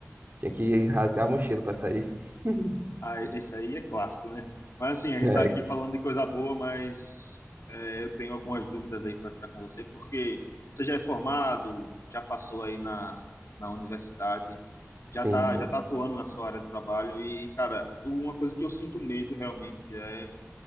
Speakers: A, on the right; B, on the left.
A: Tinha que rasgar a mochila pra sair. <laughs>
B: Ah, esse aí é clássico, né? Mas assim, a gente
A: É,
B: tá aqui falando de coisa boa, mas é, eu tenho algumas dúvidas aí para entrar com você, porque você já é formado, já passou aí na, na universidade, já
A: sim,
B: tá,
A: sim.
B: já tá atuando na sua área de trabalho e, cara, uma coisa que eu sinto medo realmente é